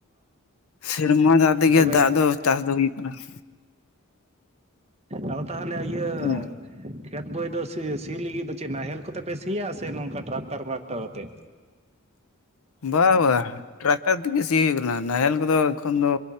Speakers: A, on the left; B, on the right.
A: ᱥᱮᱨᱢᱟ ᱫᱟᱜ ᱛᱮᱜᱮ
B: ᱚ ᱛᱚᱵᱮ
A: ᱫᱟᱜ ᱫᱚ ᱪᱟᱥ ᱫᱚ ᱦᱩᱭᱩᱜ ᱠᱟᱱᱟ ᱾
B: ᱟᱫᱚ ᱛᱟᱦᱚᱞᱮ ᱤᱭᱟᱹ
A: ᱦᱩᱸ
B: ᱠᱷᱮᱛ ᱵᱳᱭ ᱫᱚ ᱥᱤ ᱥᱤ ᱞᱟᱹᱜᱤᱫ ᱫᱚ ᱪᱮᱫ ᱱᱟᱦᱮᱞ ᱠᱚᱛᱮ ᱯᱮ ᱥᱤᱭᱟ ᱥᱮ ᱱᱚᱝᱠᱟ ᱴᱨᱟᱠᱴᱟᱨ ᱵᱨᱟᱠᱴᱟᱨ ᱟᱛᱮᱫ?
A: ᱵᱟ ᱵᱟ ᱴᱨᱟᱠᱴᱟᱨ ᱛᱮᱜᱮ ᱥᱤ ᱦᱩᱭᱩᱜ ᱠᱟᱱᱟ ᱱᱟᱦᱮᱞ ᱠᱚᱫᱚ ᱮᱠᱷᱚᱱ ᱫᱚ